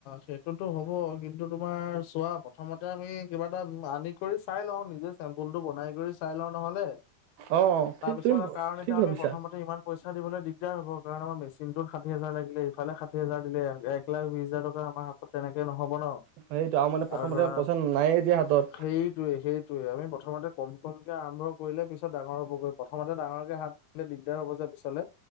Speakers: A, on the left; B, on the right.
A: সেইটোতো হ'ব কিন্তু তোমাৰ চোৱা প্ৰথমতে এতিয়া আমি কিবা এটা আনি কৰি চাই লওঁ নিজে চেম্পুলটো বনাই কৰি চাই লওঁ নহলে।
B: অ',
A: তাৰপিছত
B: ঠিক তুমি
A: কাৰণ এতিয়া
B: ঠিক ভাবিছা।
A: আমি প্ৰথমতে ইমান পইচা দিবলৈ দিগদাৰ হ'ব। কাৰণ আমাৰ মেচিনটোত ষাঠি হাজাৰ লাগিলে, ইফালে ষাঠি হাজাৰ দিলে, এক এক লাখ বিশ হাজাৰ টকা আমাৰ হাতত তেনেকে নহব ন।
B: সেইটো মানে প্ৰথমতে
A: আৰু ধৰা
B: পইচা নায়ে এতিয়া হাতত।
A: সেইটোৱে সেই সেইটোৱে, আমি প্ৰথমতে কম কমকে আৰম্ভ কৰিলে পিছত ডাঙৰ হ'বগৈ। প্ৰথমতে ডাঙৰকে হাত নহলে দিগদাৰ হ'ব যে পিছলে।